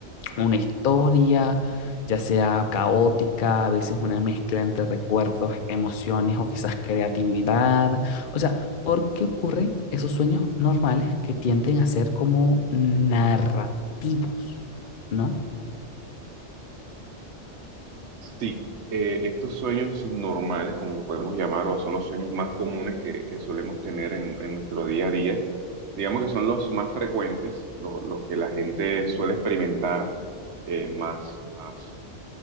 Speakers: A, on the left (about 50°); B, on the right (about 70°).
A: una historia, ya sea caótica, a veces una mezcla entre recuerdos, emociones o quizás creatividad. O sea, ¿por qué ocurren esos sueños normales que tienden a ser como narrativos, ¿no?
B: Sí, eh, estos sueños normales, como lo podemos llamar, o son los sueños más comunes que, que solemos tener en, en nuestro día a día, digamos que son los más frecuentes, lo- los que la gente suele experimentar eh, más, más